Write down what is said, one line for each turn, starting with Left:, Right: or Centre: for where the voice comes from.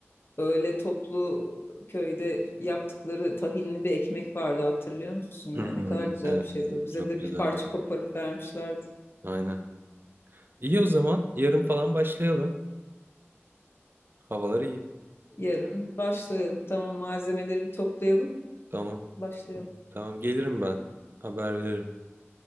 Left: öyle toplu köyde yaptıkları tahinli bir ekmek vardı hatırlıyor musun? Yani
Right: Hmm,
Left: ne kadar güzel
Right: evet.
Left: bir şeydi o. Bize
Right: Çok
Left: de
Right: güzel.
Left: bir parça koparıp vermişlerdi.
Right: Aynen. İyi o zaman. Yarın falan başlayalım. Havalar iyi.
Left: Yarın başlayalım. Tamam malzemeleri bir toplayalım.
Right: Tamam.
Left: Başlayalım.
Right: Tamam gelirim ben. Haber veririm.